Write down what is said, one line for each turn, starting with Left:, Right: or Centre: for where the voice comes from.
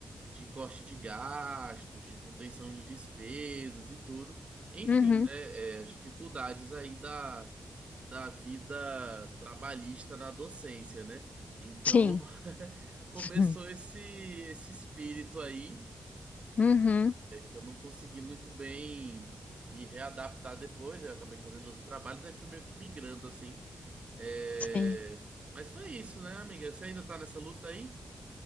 Right: de corte de gastos, de contenção de despesas e tudo. Enfim,
Left: Uhum.
Right: né, eh, as dificuldades aí da, da vida trabalhista na docência, né? Então
Left: Sim.
Right: <laughs> começou
Left: <laughs>
Right: esse, esse espírito aí.
Left: Uhum.
Right: Eu não consegui muito bem me readaptar depois, aí eu acabei fazendo outros trabalhos, aí fui meio que migrando assim. É,
Left: Sim.
Right: Mas foi isso, né, amiga? Você ainda tá nessa luta aí?